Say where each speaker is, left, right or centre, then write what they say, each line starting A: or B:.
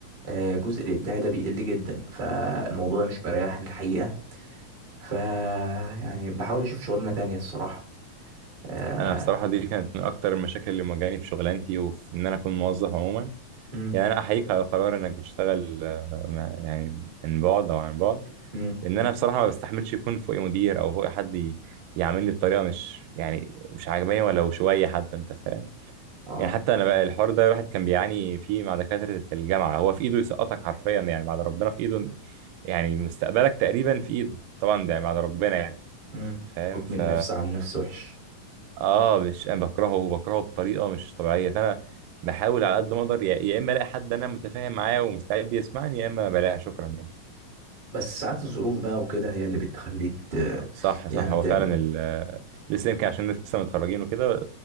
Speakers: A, on the right; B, on the right.
A: آه، الجزء الابداعي ده بيقل جدا فالموضوع ده مش مريحني الحقيقة ف يعني بحاول اشوف شغلانة تانية الصراحة آه،
B: انا بصراحه دي كانت من اكتر المشاكل اللي مواجهاني في شغلانتي وفي ان انا اكون موظف عموما
A: مم،
B: يعني انا احييك على قرار انك بتشتغل آه، مع- يعني من بعد او عن بعد
A: مم،
B: لان انا بصراحه ما بستحملش يكون فوقي مدير او فوقي حد ي- يعاملني بطريقه مش يعني مش عاجباني ولو شويه حتى انت فاهم
A: اه
B: يعني حتى انا بقى الحوار ده الواحد كان بيعاني فيه مع دكاترة الجامعة هو في ايده يسقطك حرفيا يعني بعد ربنا في ايده يعني مستقبلك تقريبا في ايده طبعا ده بعد ربنا يعني
A: مم.
B: فاهم
A: حكم
B: ف
A: النفس عن نفس وحش
B: اه مش انا بكرهه بكرهه بطريقة مش طبيعية فانا بحاول على قد ما اقدر يا يا اما الاقي حد انا متفاهم معاه ومستعد يسمعني يا اما بلاقيها شكرا يعني
A: بس ساعات الظروف بقى وكده هي اللي بتخليك ت...
B: صح صح
A: يعني
B: هو
A: تقبل
B: فعلا ال... لسه يمكن عشان لسه متخرجين وكده